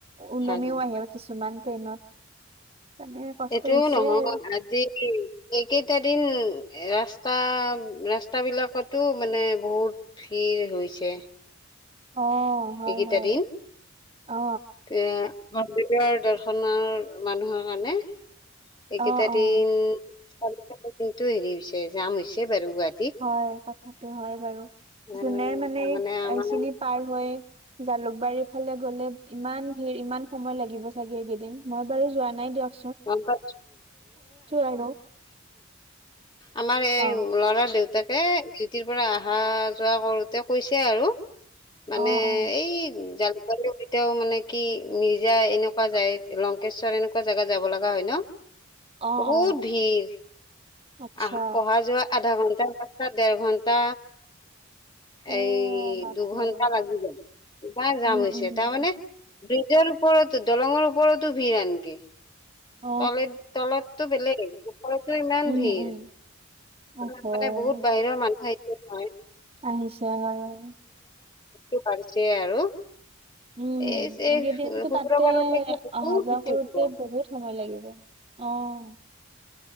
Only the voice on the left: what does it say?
হয় হয়
সেইটোও
নহয়
আজি এইকেইটা দিন ৰাস্তা ৰাস্তাবিলাকতো মানে বহুত ভিৰ হৈছে।
এইকেইটা
দিন
এ মন্দিৰৰ দৰ্শনৰ মানুহৰ কাৰণে এইকেইটা
দিন তাৰি কিন্তু হেৰি হৈছে জাম হৈছে। বাৰু গুৱাহাটীত
অ
তাৰমানে আমাৰ
<unintelligible>
আমাৰ এই
ল'ৰাাৰ দেউতা তাকে ইউটিৰ পৰা অহা যোৱা কৰোতে কৈছে আৰু মানে
এই জ এতিয়াও মানে কি মিৰ্জা এনেকুৱা যায় লংকেশ্বৰ এনেকুৱা জেগাত যাব লগা হয় ন।
বহুত
ভিৰ
আহ অহা যোৱা আধা ঘন্টা লা ডেৰ ঘণ্টা
এই
দুঘন্টা লাগি গল ইবাৰ যাম
হৈছে
তাৰমানে দুই নিজৰ ওপৰতো দলঙৰ ওপৰতো ভিৰ আনক।
তল তলততো বেলেগ ঘৰটো ইমান
ভিৰ
মানে বহুত বাহিৰৰ মানুহ আহ নয়
ব পাৰিছে আৰু
এই এই
শুক্ৰবাৰলৈকে
বহুত
ৰ'দ থাকিব